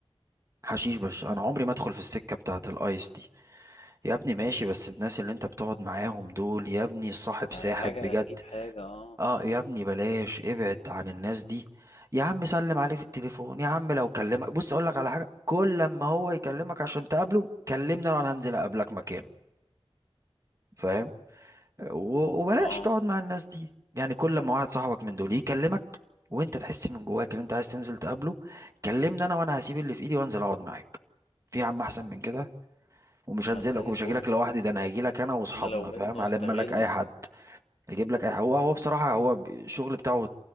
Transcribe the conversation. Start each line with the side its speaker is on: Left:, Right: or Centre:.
Right: حشيش بس انا عمري ما ادخل في السكه بتاعه الايس دي يا ابني ماشي بس الناس اللي انت بتقعد معاهم دول يا ابني الصاحب
Left: ما
Right: ساحب
Left: حاجة
Right: بجد
Left: هتجيب حاجة اه
Right: اه يا ابني بلاش ابعد عن الناس دي يا عم سلم عليه في التليفون يا عم لو كلمك بص اقول لك على حاجه كل لما هو يكلمك عشان تقابله كلمني انا هنزل اقابلك مكانه فاهم و- وبلاش
Left: اه
Right: تقعد مع الناس دي يعني كل لما واحد صاحبك من دول يكلمك وانت تحس من جواك ان انت عايز تنزل تقابله كلمني انا وانا هسيب اللي في ايدي وانزل اقعد معاك في يا عم احسن من كده ومش هنزلك
Left: لا زي
Right: ومش
Left: الفل
Right: هجيلك لوحدي ده انا هجيلك انا واصحابنا
Left: انا لو منه
Right: فاهم هلم
Left: استغل
Right: لك اي حد هيجيب لك أي- هو هو بصراحة هو ب- الشغل بتاعه